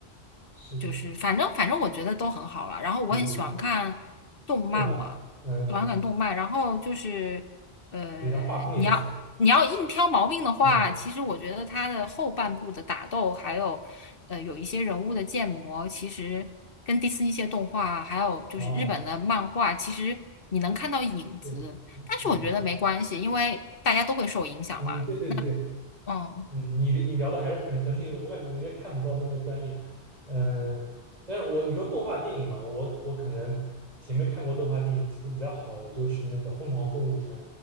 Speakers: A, on the right (about 40°); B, on the left (about 60°).
A: 是的，
B: 就是反正反正我觉得都很好了。然后我很喜欢看动漫嘛，
A: 对对对，动画，嗯，
B: 短感动漫。
A: 嗯
B: 然后就是呃，
A: 对，它画风也不错，
B: 你要你要硬挑毛病的话，
A: 嗯，
B: 其实我觉得它的后半部的打斗，还有呃有一些人物的建模，其实跟迪士尼一些动画，还有就是日本的漫画，
A: 哦，
B: 其实你能看到影子。
A: 对，嗯，
B: 但是我觉得没关系，
A: 嗯对，
B: 因为大家都会受影响嘛。
A: 嗯，对对对。
B: 嗯，
A: 嗯，你你聊的还是很专业的，我感觉我应该看不到那么专业。嗯，但是我你说动画电影嘛，我我可能前面看过动画电影几部比较好的，就是那个《疯狂动物城》